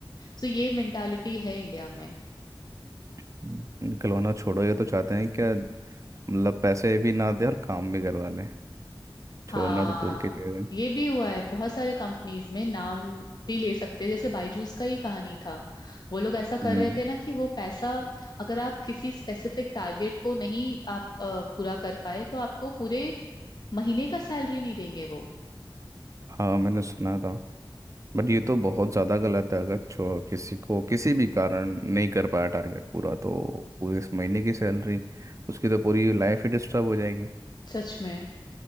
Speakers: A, on the left (about 50°); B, on the right (about 35°).
A: तो ये मेंटालिटी है इंडिया में
B: हम्म, खिलौना छोड़ो ये तो चाहते हैं क्या मतलब पैसे भी ना दे और काम भी करवा लें छोड़ना
A: हाँ
B: तो दूर की चीज़ है
A: ये भी हुआ है बहुत सारे कंपनीज में नाम भी ले सकते हैं जैसे बायजूस का ही कहानी था वो लोग ऐसा
B: हम्म
A: कर रहे थे ना कि वो पैसा अगर आप किसी स्पेसिफिक टारगेट को नहीं आप अ, पूरा कर पाए तो आपको पूरे महीने का सैलरी नहीं देंगे वो
B: हाँ मैंने सुना था बट ये तो बहुत ज़्यादा गलत है अगर छो किसी को किसी भी कारण नहीं कर पाया टारगेट पूरा तो पूरे इस महीने की सैलरी उसकी तो पूरी लाइफ ही डिस्टर्ब हो जाएगी
A: सच में